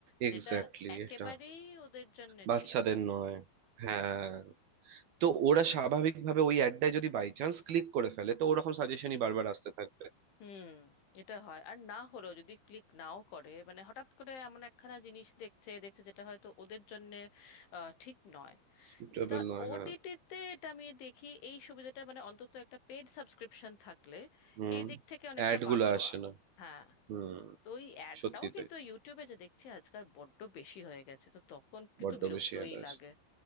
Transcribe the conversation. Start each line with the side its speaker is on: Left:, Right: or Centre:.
Right: এক্স্যাক্টলি
Left: যেটা একেবারেই
Right: এটা
Left: ওদের জন্য
Right: বাচ্চাদের
Left: ঠিক
Right: নয় হ্যাঁ তো ওরা স্বাভাবিকভাবে ওই অ্যাডটায় যদি বাই চান্স ক্লিক করে ফেলে তো ওরকম সাজেশনই বারবার আসতে থাকবে
Left: হুম এটা হয় আর না হলেও যদি ক্লিক নাও করে মানে হঠাৎ করে এমন একখানা জিনিস দেখছে দেখছে যেটা হয়তো ওদের জন্য ঠিক নয়
Right: সুটেবল
Left: তা
Right: নয়
Left: ওটিটিতে
Right: হ্যাঁ
Left: এটা আমি দেখি এই সুবিধাটা মানে অন্তত একটা পেড সাবস্ক্রিপশন থাকলে
Right: হুম
Left: এই দিক থেকে অনেকটা
Right: অ্যাড
Left: হ্যাঁ বাঁচোয়া
Right: গুলো আসে না
Left: হ্যাঁ
Right: হুম
Left: তো ওই অ্যাডটাও
Right: সত্যি
Left: কিন্তু
Right: তাই
Left: ইউটিউবে যে দেখছি আজকাল বড্ড বেশি হয়ে গেছে তো তখন কিন্তু
Right: বড্ড
Left: বিরক্তই
Right: বেশি অ্যাড আসে
Left: লাগে